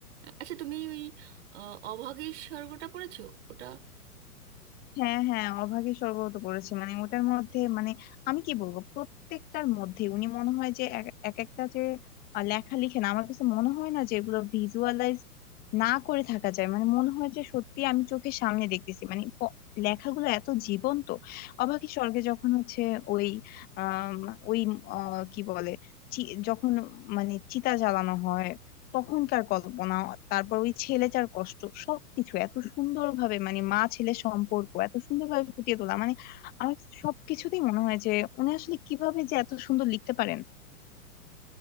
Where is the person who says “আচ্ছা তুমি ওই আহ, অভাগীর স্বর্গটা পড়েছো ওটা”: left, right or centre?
Right